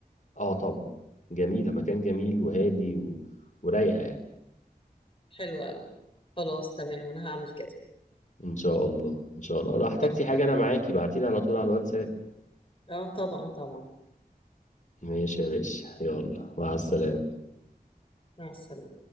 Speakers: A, on the left (about 50°); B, on the left (about 35°).
A: آه طبعا جميلة مكان جميل وهادي و... ورايقة يعني
B: حلو قوي خلاص تمام انا هعمل كده ان
A: إن شاء الله إن شاء الله لو احتجتي
B: شاء
A: حاجة أنا معاكي بعتيلي على طول على الواتساب
B: الله اه طبعا طبعا
A: ماشي يا باشا يلا مع السلامة
B: مع السلامة